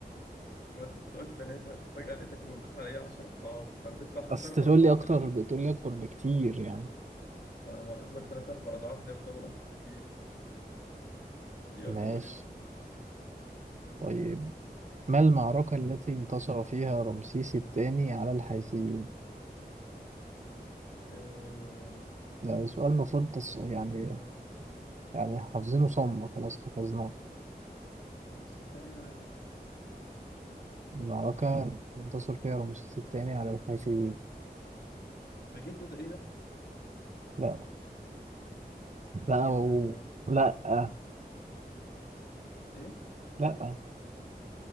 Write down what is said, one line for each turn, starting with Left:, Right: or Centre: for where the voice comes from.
Left: بس أنت قلت ثلاثة فجأة لقيتك نضيت عليا 10 أضعاف طب بيطلع ثلاث
Right: اصل
Left: أربع
Right: تقول
Left: أضعاف
Right: لي اكتر
Left: الأول
Right: بتقول لي اكبر بكتير يعني
Left: ما ما أكبر ثلاث أربع أضعاف ده يعتبر أكبر كتير يلا
Right: ماشي
Left: قول أنت
Right: طيب ما المعركة التي انتصر فيها رمسيس الثاني على الحيثيين
Left: آه،
Right: ده سؤال المفروض تص... يعني
Left: إيه
Right: يعني حافظينه صم خلاص حفظناه
Left: آه، صدقني أنا عارفه
Right: المعركة مم. انتصر فيها رمسيس الثاني على الحيثيين
Left: مجدو تقريبا
Right: لا
Left: مش
Right: لا
Left: هي
Right: و...
Left: أمال
Right: لا آه،
Left: إيه
Right: لا